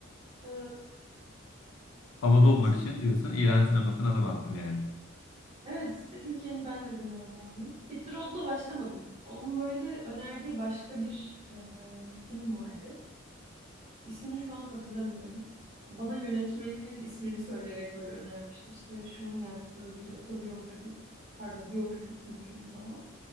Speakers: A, on the right; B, on the left.
A: Ee,
B: havada olmak
A: şey-
B: için diyorsun İran sinemasına adım attım yani.
A: evet dedim ki hani ben neden havalı olmayayım. Hit the Road'la başlamadım. Onun böyle önerdiği başka bir e, film vardı. İsmini şu an hatırlamıyorum. Bana yönetmeninin ismini söyleyerek böyle önermişti. İşte şunun yaptığı bir otobiyografik, pardon biyografik bir film falan.